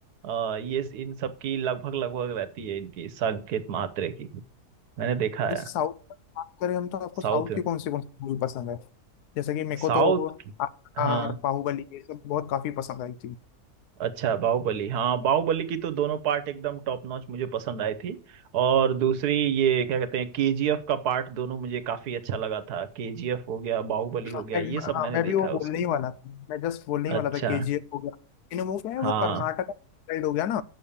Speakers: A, on the right; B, on the left.
A: अ, ये इन सब की लगभग लगभग रहती है इनकी संकेत मात्रे की मैंने देखा है
B: जैसे साउथ का बात करें हम तो आपको
A: साउथ
B: साउथ
A: में
B: की कौन सी कौन सी मूवी पसंद है जैसे कि मेरे को
A: साउथ
B: तो
A: हाँ
B: आर बाहुबली ये सब बहुत काफी पसंद आई थी
A: अच्छा बाहुबली हाँ बाहुबली की तो दोनों पार्ट एकदम टॉप नॉच मुझे पसंद आई थी और दूसरी ये क्या कहते हैं केजीएफ का पार्ट दोनों मुझे काफी अच्छा लगा था केजीएफ हो गया बाहुबली
B: हाँ
A: हो गया
B: मैं
A: ये सब
B: हाँ,
A: मैंने
B: मैं
A: देखा
B: भी वो
A: है
B: बोलने
A: उसकी
B: ही वाला था मैं जस्ट बोलने ही
A: अच्छा
B: वाला था केजीएफ हो गया इन वो क्या है
A: हाँ
B: वो कर्नाटक साइड हो गया ना